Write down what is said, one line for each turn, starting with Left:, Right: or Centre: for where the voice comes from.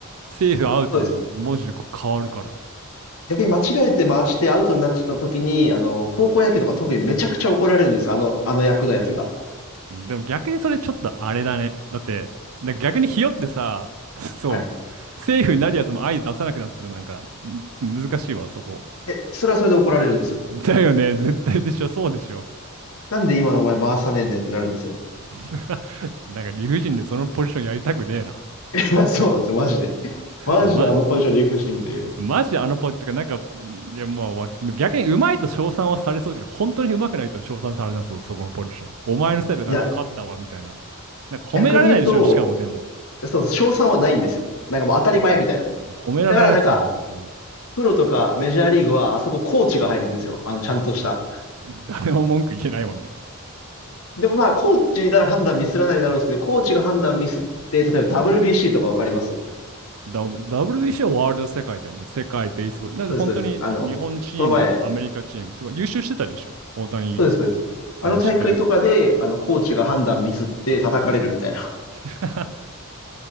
Right: セーフアウトも文字でこう変わるから。
Left: そうです逆に間違えて回してアウトになっちゃった時に、
Right: お
Left: あの、高校野球とか特にめちゃくちゃ怒られるんです。あの、あの役のやつが。
Right: でも逆にそれちょっとあれだね。だって、だ逆にひよってさ、<laughs> そう、
Left: はい。
Right: セーフになるやつも相出さなくなったらなんかん難しいわ、そこ。
Left: え、それはそれで怒られるんですよ。
Right: だよね、絶対でしょ、そうでしょ。
Left: なんで今のお前回さねえんだよってなるんですよ。
Right: <laughs> なんか理不尽でそのポジションやりたくねえな。
Left: <laughs> そうなんですよ、マジで。マジであのポジション理不尽で。
Right: ま、マジであのポイントがなんか、んいやもうわ逆にうまいと称賛はされそうだけど、本当にうまくないと称賛されなそう、そこのポジション。お前のせいでなんか勝ったわ、
Left: いや、
Right: みたいな。なんか褒められないでしょ、
Left: 逆に言うと、
Right: しかもでも。
Left: そう、賞賛はないんですよ。なんかもう当たり前みたいな。
Right: うん褒められないそう、
Left: だからなんか、
Right: 本当に。
Left: プロとかメジャーリーグは、あそこコーチが入るんですよ。あの、ちゃんとした。
Right: 誰も文句言えないもんね。
Left: でもまあ、コーチなら判断ミスらないだろうですけど、コーチが判断ミスって、例えば WBC とかわかります
Right: だ WBC はワールド世界だよね。世界ベースボール。だって本当に日本チーム、
Left: そうです、そうです。あの、この前、
Right: アメリカチームとか優秀してたでしょ。大谷、
Left: そうです、そうです。あの大会とかで、
Right: うん、知ってる。
Left: あの、コーチが判断ミスって叩かれるみたいな。
Right: <laughs>